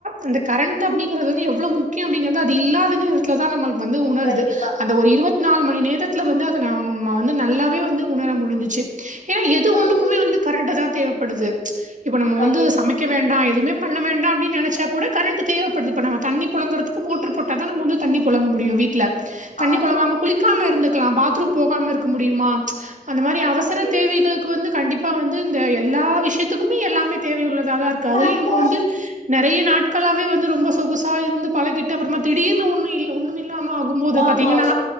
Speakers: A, on the right (about 55°); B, on the left (about 55°).
A: அந்த கரண்ட் அப்படிங்கிறது வந்து எவ்ளோ முக்கிய அப்படிங்கிறது அது இல்லாத நேரத்தில தா நம்மளுக் வந்து உணர்து
B: கண்டிப்பா
A: அந்த ஒரு இருபத் நாலு மணி நேரத்ல வந்து அத நம்ம வந்து நல்லாவே வந்து உணர முடிஞ்ச்சு ஏன்னா எது
B: ம்
A: ஒண்ணுக்குமே வந்து கரண்ட் தா தேவைப்படுது இப்ப நம்ம
B: கண்டிப்பா
A: வந்து சமைக்க வேண்டா எதுமே பண்ண வேண்டா அப்டின் நெனைச்சா கூட கரண்ட் தேவைப்படுது இப்ப நம்ம தண்ணி புழங்குறதுக்கு மோ்ட்டரு
B: ம்
A: போட்டா தா நம்ம வந்து தண்ணி புழங்க முடியு வீட்ல தண்ணி
B: ஆமா
A: புழங்காம
B: ஆமா
A: குளிக்காம இருந்துக்கலா பாத்ரூம் போகாம இருக்க முடியுமா அந்த மாரி அவசர
B: இதா
A: தேவைகளுக்கு
B: ம்
A: வந்து கண்டிப்பா வந்து இந்த எல்லா விஷயத்துக்குமே எல்லா மே தேவை உள்ளதா தா இருக்கு அதுலயு
B: ஆமா
A: நம்ம வந்து நெறய நாட்களாவே வந்து ரொம்ப சொகுசா இருந்து பழகிட்டு அப்பறமா திடீர்னு ஒன்னும் இல் ஒன்னும் இல்லாம ஆகு போது பாத்தீங்கனா
B: ஆமா